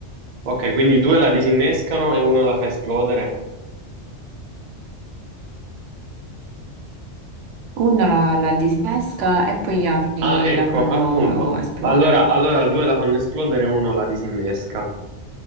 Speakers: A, on the right; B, on the right.
A: Ok, quindi due la disinnescano e uno la fa esplodere.
B: Uno la, la disesca e poi gli altri
A: Ah, ecco,
B: la fanno
A: appunto.
B: esplodere.
A: Allora, allora due la fanno esplodere e uno la disinnesca.